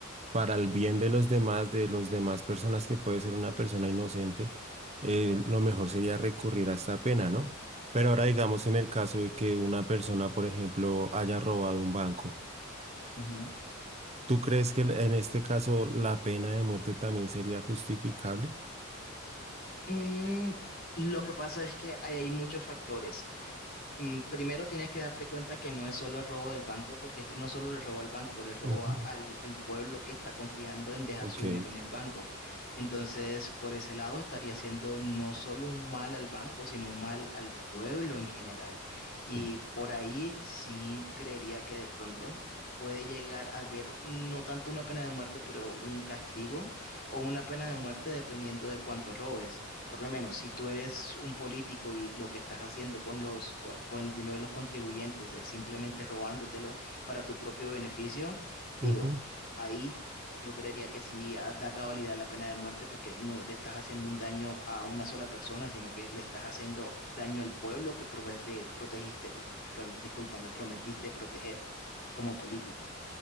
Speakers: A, on the right; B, on the left.
A: para el bien de los demás, de los demás personas que puede ser una persona inocente, eh, lo mejor sería recurrir a esta pena, ¿no? Pero ahora digamos en el caso de que una persona, por ejemplo, haya robado un banco,
B: Ujú.
A: ¿tú crees que el- en este caso la pena de muerte también sería justificable?
B: Mm, lo que pasa es que ahí hay muchos factores. mm, Primero tienes que darte cuenta que no es solo el robo del banco, porque es que no solo le roba al banco, le roba
A: Ujú,
B: al, al pueblo que está confiando en dejar
A: Ok.
B: su dinero en el banco. Entonces, por ese lado estaría haciendo no solo un mal al banco, sino un mal al pueblo en general. Y
A: sí.
B: por ahí sí creería que de pronto puede llegar a haber no tanto una pena de muerte, pero un castigo o una pena de muerte dependiendo de cuánto robes. Por lo menos, si tú eres un político y lo que estás haciendo con los, con, con el dinero de los contribuyentes es simplemente robándotelo para tu propio beneficio, digo,
A: Ujú.
B: ahí yo creería que sí ah, da cabalidad la pena de muerte porque no le estás haciendo un daño a una sola persona, sino que le estás haciendo daño al pueblo que prove- eh, protegiste, pro- discúlpame, prometiste proteger como político.